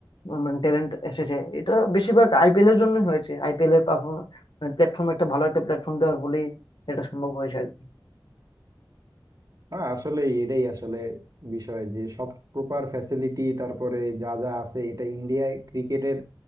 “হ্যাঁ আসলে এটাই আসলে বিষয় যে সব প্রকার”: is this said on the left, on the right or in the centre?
Right